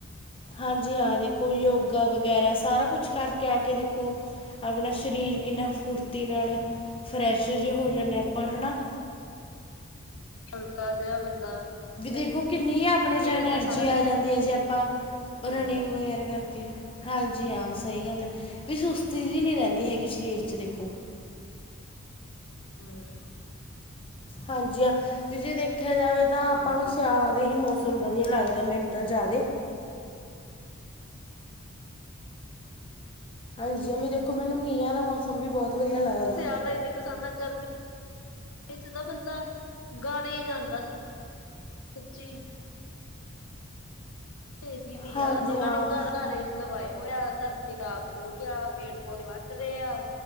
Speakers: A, on the left; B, on the left.
A: ਹਾਂ ਜੀ, ਹਾਂ ਦੇਖੋ ਯੋਗਾ ਵਗੈਰਾ ਸਾਰਾ ਕੁਛ ਕਰਕੇ ਆ ਕੇ ਦੇਖੋ। ਆਪਣਾ ਸਰੀਰ ਕਿੰਨਾ ਫੁਰਤੀ ਨਾਲ ਫਰੈਸ਼ ਜਿਹਾ ਹੋ ਜਾਂਦੇ ਹਾਂ, ਆਪਾਂ ਹਨਾ।
B: ਹਲਕਾ ਜਿਹਾ ਬੰਦਾ। ਸਹੀ
A: ਵੀ ਦੇਖੋ ਕਿੰਨੀ ਆਪਣੇ 'ਚ ਐਨਰਜੀ
B: ਰਹਿੰਦਾ ਸਾਰਾ
A: ਆ
B: ਦਿਨ
A: ਜਾਂਦੀ
B: ਐਕਟਿਵ
A: ਹੈ ਜੇ ਆਪਾਂ
B: ਰਹਿੰਦਾ
A: ਰਨਿੰਗ ਵਗੈਰਾ ਕਰ। ਹਾਂਜੀ ਹਾਂ, ਸਹੀ ਗੱਲ ਐ ਵੀ ਸੁਸਤੀ ਜੇ ਨਹੀਂ ਰਹਿੰਦੀ ਹੈਗੀ ਸਰੀਰ 'ਚ। ਦੇਖੋ
B: ਹਹ ਮ।
A: ਹਾਂਜੀ ਆ, ਵੀ ਜੇ ਦੇਖਿਆ ਜਾਵੇ, ਤਾਂ ਆਪਾਂ
B: ਹਾਂਜੀ
A: ਨੂੰ ਸਿਆਲਾਂ ਦੇ ਹੀ ਮੌਸਮ। ਵਧੀਆ ਲੱਗਦਾ, ਮੈਨੂੰ ਤਾਂ ਜਿਆਦੇ। ਹਾਂ ਜੀ, ਵੀ ਦੇਖੋ। ਮੈਨੂੰ ਮੀਹਾਂ ਦਾ ਮੌਸਮ ਵੀ ਬਹੁਤ ਵਧੀਆ ਲੱਗਦਾ।
B: ਇੇਨੇ ਪਸੰਦਾਂ ਕਰਨੀ। ਵਿੱਚ ਤਾਂ ਬੰਦਾ, ਗਾਲੀ ਜਾਂਦਾ ਸੀ। ਸੱਚੀ ਸ। ਏ ਸੀ ਵੀ
A: ਹਾਂਜੀ
B: ਆ ਲੋਕਾਂ
A: ਹਾਂ
B: ਨੇ ਘਰ-ਘਰ ਏਸੀ ਲਵਾਏ ਹੋਏਆ ਆ। ਖਰਾਬ ਹੋ ਗਿਐ, ਪੇੜ-ਪੌਦੇ ਵੱਢ ਰਹੇ ਆ।